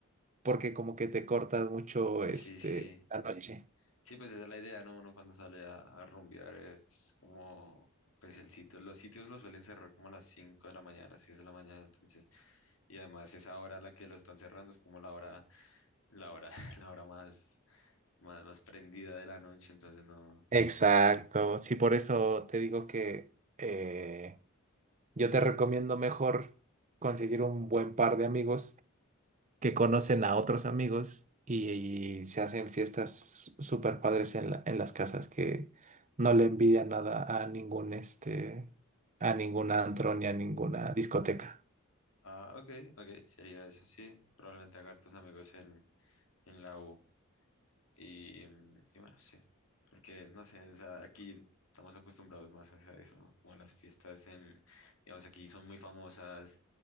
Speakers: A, on the right; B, on the left.
A: porque como que te cortas mucho este
B: sí, sí.
A: la noche.
B: Sí, pues esa es la idea, ¿no? Uno cuando sale a, a rumbear es como, pues el sitio, los sitios los suelen cerrar como a las 5 de la mañana, 6 de la mañana, entonces, y además esa hora a la que lo están cerrando es como la hora, la hora, <laughs> la hora más... más, más prendida de la noche, entonces no.
A: Exacto, sí, por eso te digo que eh, yo te recomiendo mejor conseguir un buen par de amigos que conocen a otros amigos y, y se hacen fiestas súper padres en la- en las casas que no le envidia nada a ningún este, a ningún antro ni a ninguna discoteca.
B: Ah, ok, ok, sería eso, sí. Probablemente haga tus amigos en, en la U. Y, mm, y bueno, sí. Porque, no sé, o sea, aquí estamos acostumbrados más a eso, ¿no? Como a las fiestas en, digamos, aquí son muy famosas.